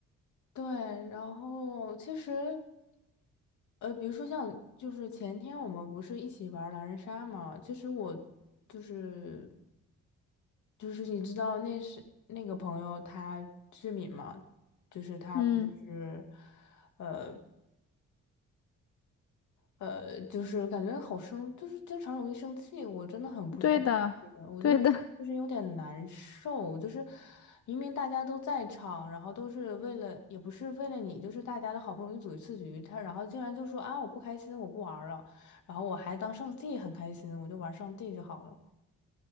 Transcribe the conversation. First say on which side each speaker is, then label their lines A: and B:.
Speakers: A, on the left; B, on the left.
A: 对，然后其实，呃，比如说像就是前天我们不是一起玩狼人杀嘛，其实我就是就是你知道那是那个朋友他志敏嘛，就是他不是。
B: 嗯，
A: 呃。呃，就是感觉好生，就是经常容易生气，我真的很不是很理解我就就是有点难受，
B: 对的，对的，<laughs>
A: 就是明明大家都在场，然后都是为了，也不是为了你，就是大家都好不容易组一次局，他然后竟然就说啊我不开心，我不玩儿了，然后我还当上帝很开心，我就玩上帝就好了。